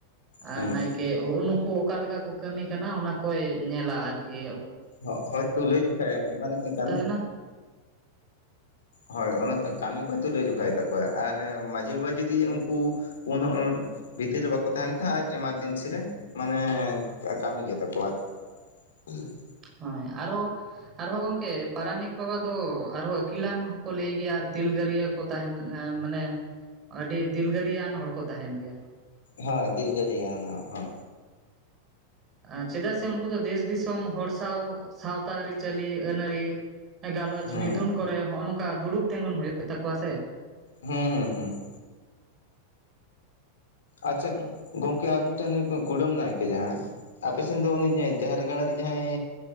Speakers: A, on the right (about 30°); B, on the left (about 65°).
A: ᱟᱨ
B: ᱦᱩᱸ
A: ᱱᱟᱭᱠᱮ ᱠᱮ ᱱᱩᱜ-ᱩ ᱱᱩᱠᱩ ᱚᱠᱟ ᱞᱮᱠᱟ ᱠᱚ ᱠᱟᱹᱢᱤ ᱠᱟᱱᱟ ᱚᱱᱟ ᱠᱚᱭ ᱧᱮᱞᱟ ᱟᱨᱠᱤᱼᱼ
B: ᱱᱚᱜ-ᱚᱭ ᱛᱩᱞᱟᱹ ᱡᱚᱠᱷᱟᱭᱟᱭ ᱚᱱᱟᱫᱚ ᱠᱤ ᱠᱟ. ᱢᱤ ᱾
A: ᱱᱟᱦ <inaudible>
B: ᱦᱳᱭ ᱚᱱᱟ ᱠᱟ ᱠᱟᱹᱢᱤ ᱠᱚᱭ ᱛᱩᱞᱟᱹ ᱡᱟᱠᱷᱟᱭ ᱛᱟᱠᱚᱣᱟ ᱟᱨ ᱢᱟᱺᱡᱷᱤ ᱵᱟᱵᱟ ᱡᱩᱫᱤᱭ ᱩᱱᱠᱩ ᱯᱩᱱ ᱵᱷᱤᱛᱤᱨ ᱨᱮ ᱵᱟᱠᱚ ᱛᱟᱦᱮᱱ ᱠᱷᱟᱡ ᱟᱡ ᱮᱢᱟᱨᱡᱮᱱᱥᱤ ᱨᱮ ᱢᱟᱱᱮᱻ ᱠᱟᱹᱢᱤ ᱜᱮ ᱛᱟᱠᱚᱣᱟᱭ <inaudible>
A: ᱦᱳᱭ ᱟᱨᱦᱚᱸ ᱟᱨᱦᱚᱸ ᱜᱚᱢᱠᱮ ᱯᱟᱨᱟᱱᱤᱠ ᱵᱟᱵᱟ ᱫᱚ ᱟᱨᱦᱚᱸ ᱟᱹᱠᱤᱞᱟᱱ ᱦᱚᱸᱠᱚ ᱞᱟᱹᱭ ᱜᱮᱭᱟ ᱟᱨ ᱫᱤᱞᱜᱟᱹᱨᱤᱭᱟᱹ ᱠᱚ ᱛᱟᱦᱮᱱ ᱮ ᱢᱟᱱᱮ ᱟᱹᱰᱤ ᱫᱤᱞᱜᱟᱹᱨᱤᱭᱟᱹᱣᱟᱱ ᱦᱚᱲ ᱠᱚ ᱛᱟᱦᱮᱱ ᱜᱮᱭᱟ
B: ᱦᱳᱭ ᱫᱤᱞᱜᱟᱹᱨᱤᱭᱟᱹᱣᱟᱱ ᱦᱚᱲ
A: ᱟ ᱪᱮᱫᱟᱜ ᱥᱮ ᱩᱱᱠᱩ ᱫᱚ ᱫᱮᱥ ᱫᱤᱥᱚᱢ ᱦᱚᱲ ᱥᱟᱶ ᱥᱟᱶᱛᱟ ᱟᱹᱨᱤᱪᱟᱹᱞᱤ ᱟᱹᱱᱟ. ᱨᱤ ᱜᱟᱞᱚᱪ
B: ᱦᱩᱸ
A: ᱢᱤᱫᱩᱱ ᱠᱚᱨᱮ ᱱᱚᱜᱼᱚ ᱱᱚᱝᱠᱟ ᱫᱩᱲᱩᱵ ᱛᱤᱸᱜᱩᱱ ᱦᱩᱭᱩᱜ ᱛᱟᱠᱚᱣᱟ ᱥᱮ
B: ᱦᱮᱸ ᱦᱮᱸ ᱦᱮᱸ ᱟᱪᱪᱷᱟ ᱜᱚᱝᱠᱮ ᱟᱨ ᱢᱤᱫᱴᱟᱹᱱ ᱠᱩᱰᱟᱹᱢ ᱱᱟᱭᱠᱮ ᱡᱟᱦᱟᱸᱭ ᱟᱯᱮ ᱥᱮᱱ ᱫᱚ ᱩᱱᱤ ᱡᱟᱦᱮᱨ ᱜᱟᱲ ᱨᱮ ᱡᱟᱦᱟᱸᱭ